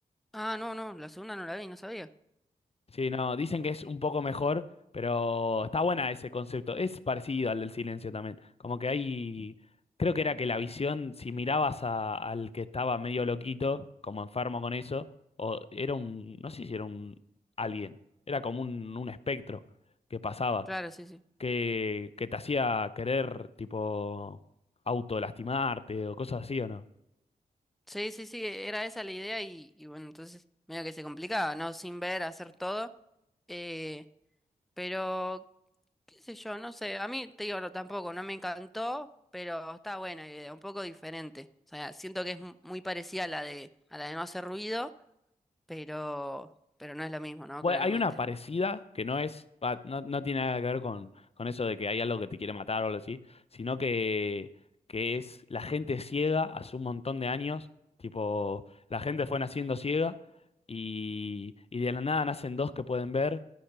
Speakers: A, in the centre; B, on the left.
A: Ah, no, no, la segunda no la vi, no sabía.
B: Sí, no, dicen que es un poco mejor, pero está buena ese concepto. Es parecido al del silencio también. Como que hay, creo que era que la visión, si mirabas a- al que estaba medio loquito, como enfermo con eso, o era un, no sé si era un alien, era como un, un espectro que pasaba.
A: Claro, sí, sí.
B: que, que te hacía querer, tipo, autolastimarte o cosas así, ¿o no?
A: Sí, sí, sí, era esa la idea y, y bueno, entonces medio que se complicaba, ¿no? Sin ver, hacer todo. Eh, pero qué sé yo, no sé, a mí te digo, no, tampoco, no me encantó, pero está buena la idea, un poco diferente. O sea, siento que es mu- muy parecida a la de, a la de no hacer ruido, pero, pero no es lo mismo, ¿no?
B: Bueno,
A: Claramente.
B: hay una parecida que no es, va, no, no tiene nada que ver con, con eso de que hay algo que te quiere matar o algo así, sino que, que es la gente ciega hace un montón de años, tipo, la gente fue naciendo ciega y, y de la nada nacen dos que pueden ver